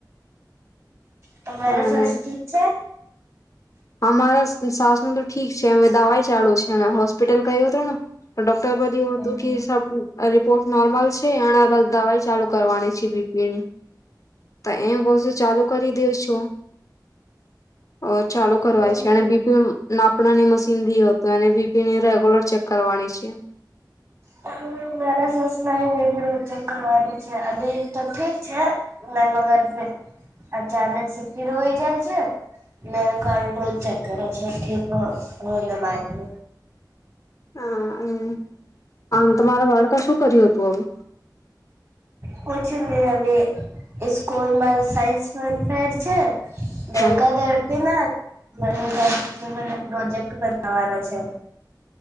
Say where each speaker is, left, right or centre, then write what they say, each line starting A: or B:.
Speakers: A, on the right; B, on the left.
A: તમારે
B: અને
A: સસ્તી જ છે
B: અમારા શસ ન તો ઠીક છે હવે દવા છે ચાલુ છે અને હોસ્પિટલ ક હતો ને તો ડોક બધ
A: હમ
B: એું હતું કે સબ રિપોર્ટ નોર્મલ છે એ બ દવાઈ ચાલુ કરવાની છે બીપીની તો એમ બશે ચાલુ કરી દે છો અ ચાલુ કરવાય
A: હમ
B: છે અને બીપી નાપણાની મશીની હતો અને બી રેગુલર ચેક કરવાની છે.
A: હ મેરા સાસ ન મેદી રોજ ચેક કર છે અી તો ઠીક છે ના મગર અચાનક ફીર હોય જાય છે મે ક રોજ ચેક કરે છે ઠીક હોના બાદ મ
B: હા આ તમારા બાળકા શું કર્યું હતું હવે
A: પૂછી લઇ હવે સ્કૂલ મા સાઈસ પનફેર છે. દેડકા
B: હા.
A: દેડકે ના ઘરે તં સુ મને પ્રોજેક્ટ બનાવાના છે.